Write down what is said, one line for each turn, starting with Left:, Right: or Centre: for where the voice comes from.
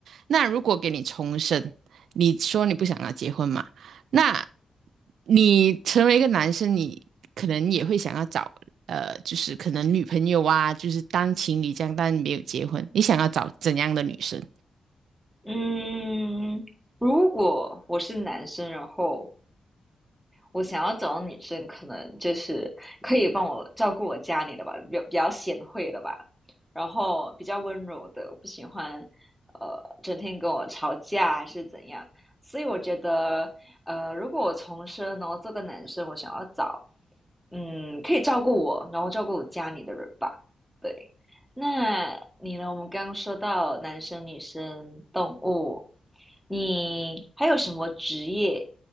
Right: 那如果给你重生，你说你不想要结婚嘛？那你成为一个男生，你可能也会想要找呃，就是可能女朋友啊，就是当情侣这样，但没有结婚，你想要找怎样的女生？
Centre: 嗯，如果我是男生，然后我想要找的女生，可能就是可以帮我照顾我家里的吧，比较比较贤惠的吧，然后比较温柔的，我不喜欢呃整天跟我吵架还是怎样。所以我觉得，呃，如果我重生，然后做个男生，我想要找嗯可以照顾我，然后照顾我家里的人吧。对，那你呢？我们刚刚说到男生、女生、动物，你还有什么职业